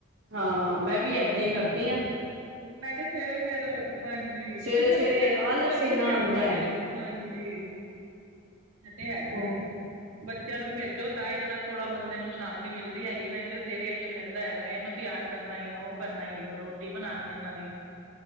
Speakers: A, on the right (about 60°); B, on the right (about 85°).
A: ਹਾਂ, ਮੈਂ ਵੀ ਏਦਾਂ ਈ ਕਰਦੀ ਆਂ।
B: ਮੈਂ ਕੇਆ ਸਵੇਰੇ ਫੇਰ ਹਾਂਜੀ
A: ਸਵੇਰੇ
B: ਓ
A: ਸਵੇਰੇ
B: ਜਲਦੀ-ਜਲਦੀ
A: ਆਲਸ
B: ਸਵਾਦ
A: ਇੰਨਾ
B: ਵੀ ਨੀ ਆਂਦਾ
A: ਆਉਂਦਾ
B: ਫੇਰ। ਹਾਂਜੀ ਏ ਤੇ ਹੈਗਾ
A: ਹੈ
B: ਐ। ਬੱਚੇਆਂ ਨੂੰ ਭੇਜੋ ਤਾਂ ਈ ਜਰਾ-ਥੋੜਾ ਬੰਦੇ ਨੂੰ ਸ਼ਾਂਤੀ ਮਿਲਦੀ ਹੈਗੀ। ਨਈੰ ਤੇ ਫੇਰ ਏ ਈਓ ਲੈਂਦਾ ਹੈਗਾ ਏਨੂੰ। ਤੇਆਰ ਕਰਨਾ ਈ, ਓ ਕਰਨਾ ਈ ਰੋਟੀ ਬਨਾਨੀ ਐ। ਓਨਾਂ ਦੀ,